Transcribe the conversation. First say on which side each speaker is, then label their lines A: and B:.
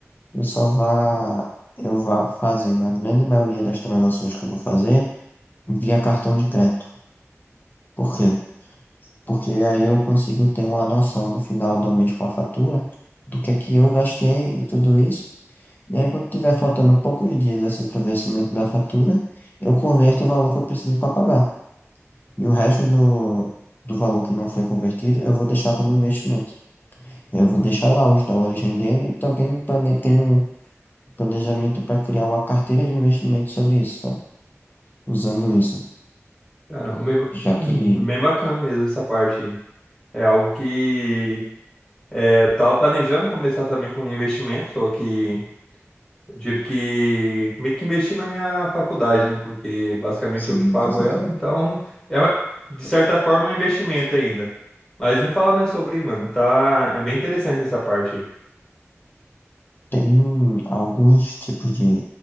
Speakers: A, on the left; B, on the left.
A: eu só vá, eu vá fazendo a grande maioria das transações que eu vou fazer via cartão de crédito. Por quê? Porque aí eu consigo ter uma noção no final do mês com a fatura do que é que eu gastei e tudo isso. E aí quando tiver faltando poucos dias assim para o vencimento da fatura, eu converto o valor que eu preciso para pagar. E o resto do, do valor que não foi convertido, eu vou deixar como investimento. Eu vou deixar lá os dólares rendendo e também plane- tenho planejamento para criar uma carteira de investimento sobre isso, sabe? Usando isso,
B: Caramba, bem, ba-
A: já
B: <clears throat>
A: que,
B: bem bacana mesmo essa parte. aí. É algo que é, eu tava planejando começar também com um investimento, só que eu tive que meio que investir na minha faculdade, né? Porque basicamente
A: sim,
B: eu que pago
A: com certeza,
B: ela, então <laughs> é, de certa forma é um investimento ainda. Mas me fala mais sobre, mano. Tá, é bem interessante essa parte. aí.
A: tem alguns tipos de.